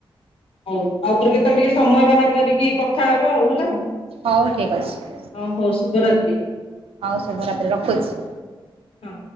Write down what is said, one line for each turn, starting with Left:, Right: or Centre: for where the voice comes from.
Left: ହଉ ଆଉଥରେ କେତେବେଳେ ଟିକେ ସମୟ ବାହାର କରିକି କଥା ହବା ଆଉ ହେଲା।
Right: ହଉ ଠିକ୍ ଅଛି।
Left: ହଁ ହଉ ଶୁଭରାତି।
Right: ହଉ ଶୁଭରାତ୍ରୀ ରଖୁଛି।
Left: ହଁ।